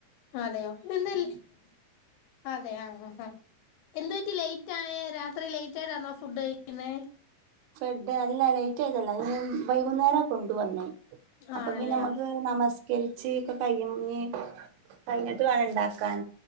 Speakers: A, on the left; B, on the right.
A: അതെയോ <unintelligible> അതെ ആ ആ ആ എന്ത് പറ്റി ലൈറ്റായേ രാത്രി ലൈറ്റായിട്ടാന്നോ ഫുഡ് കഴിക്കിന്നേ?
B: <unintelligible> അല്ല ലൈറ്റായതല്ല ഉം വൈകുന്നേരാ കൊണ്ടു വന്നേ അപ്പം
A: ആണല്ലേ
B: പിന്ന മ്മക്ക്
A: ആ.
B: നമസ് കെഴിച്ച് ഒക്കെ കയിഞ്ഞ് കഴിഞ്ഞിട്ട് വാണം ഇണ്ടാക്കാൻ